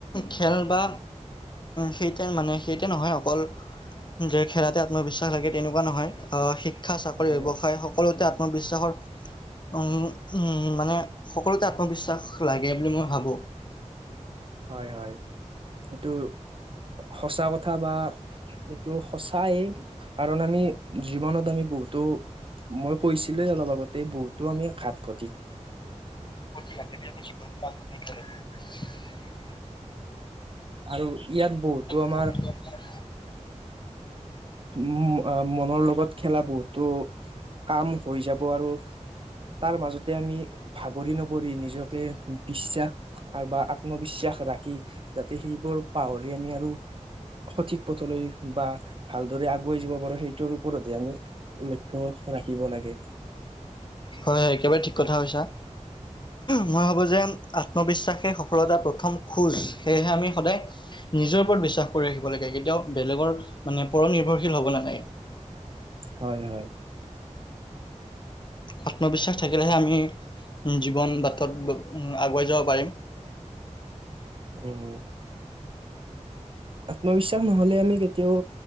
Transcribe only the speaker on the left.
খেল বা সেইতে মানে সেইতে নহয় অকল যে খেলাতে আত্মবিশ্বাস লাগে তেনেকুৱা নহয় আ, শিক্ষা, চাকৰি,
ব্যৱসায় সকলোতে মই বিশ্বাসৰ, উম, উম, মানে সকলোতে আত্মবিশ্বাস লাগে বুলি মই ভাবোঁ।
পতি ন <unintelligible>
অ <unintelligible>
হয়, হয়, একেবাৰে ঠিক কথা কৈছা। মই ভাবো যে আত্মবিশ্বাসে সফলতাৰ প্ৰথম খোজ সেয়েহে আমি সদায় নিজৰ ওপৰত বিশ্বাস কৰি ৰাখিব লাগে কেতিয়াও বেলেগৰ মানে পৰ নিৰ্ভৰশীল হ'ব নালাগে।
আত্মবিশ্বাস থাকিলেহে আমি উম, জীৱন বাটত উম, আগুৱাই যাব পাৰিম।